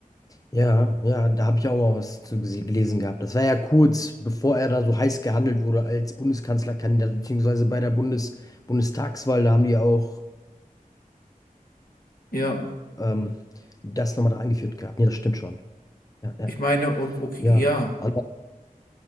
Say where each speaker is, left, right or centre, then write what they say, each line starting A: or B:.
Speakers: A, on the left; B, on the left.
A: Ja, ja, da habe ich auch mal was zu gese- gelesen gehabt. Das war ja kurz, bevor er da so heiß gehandelt wurde als Bundeskanzlerkandidat, beziehungsweise bei der Bundes Bundestagswahl, da haben die ja auch
B: Ja.
A: ähm, das nochmal da angeführt gehabt. Ja, das stimmt schon. Ja, ja,
B: Ich meine, o- okay,
A: ja.
B: ja.
A: An-